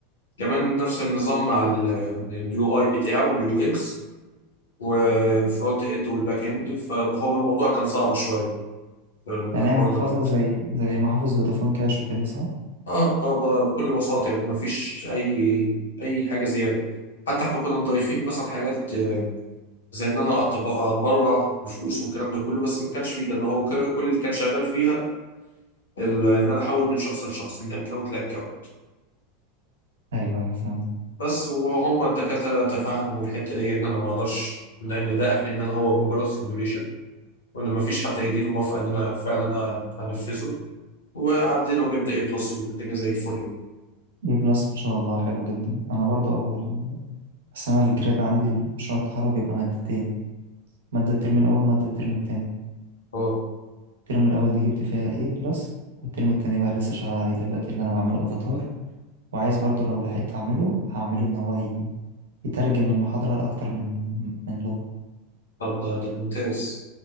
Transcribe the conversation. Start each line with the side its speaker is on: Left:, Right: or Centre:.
Left: كمان نفس النظام مع اليو اي بتاعه واليو اكس والفرونت اند والباك اند فهو الموضوع كان صعب شويه في الحوار
Right: يعني هي محفظه
Left: الربط
Right: زي زي محافظ فودافون كاش وكده صح
Left: اه اه ب- بكل بساطه يعني مفيش اي اي حاجه زياده حتى احنا كنا مضايفين مثلا حاجات زي ان انا أتب- اتبرع بفلوس والكلام ده كله بس ما كانش فيه كده ما هو ك- كل اللي كان شغال فيها ال- ان انا احول من شخص لشخص من اكونت لاكونت
Right: ايوه ايوه فهمت
Left: بس وهم الدكاتره تفهموا الحته دي ان انا ما اقدرش لان ده اخري ان انا هو مجرد سيميوليشن وان ما فيش حد هيديني موافقه ان انا فعلا أ- انفذه وعدينا وجبنا اي بلس والدنيا زي الفل
Right: اي بلس ما شاء الله حلو جدا انا برضو اول السنه الجراد عندي مشروع التخرج بيبقى مادتين مادة الترم الأول ومادة الترم التاني
Left: اه
Right: الترم الأول دي جبت فيها A بلس والترم التاني بقى لسه شغال عليه دلوقتي اللي أنا بعمله أفاتار وعايز برضو لو لحقت أعمله هعمله إن هو ي- يترجم المحاضرة لأكتر من من لغة
Left: طب ده ده ممتاز